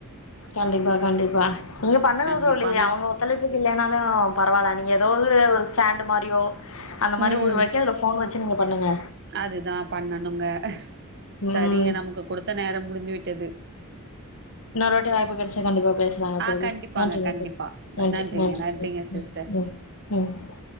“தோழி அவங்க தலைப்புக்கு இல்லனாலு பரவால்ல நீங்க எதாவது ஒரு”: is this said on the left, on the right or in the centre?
Left